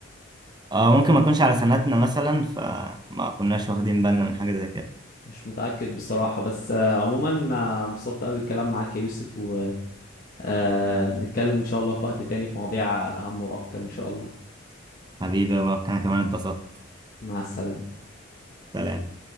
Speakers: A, on the right; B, on the left.
A: اه ممكن ما يكونش على سنتنا مثلا فما كناش واخدين بالنا من حاجة زي كده
B: مش متاكد بصراحه بس آه، عموما آه، انبسطت قوي بالكلام معاك يا يوسف ونتكلم ان شاء الله في وقت تاني في مواضيع اهم واكتر ان شاء الله
A: حبيبي وأنا كمان اتبسطت
B: مع السلامه
A: سلام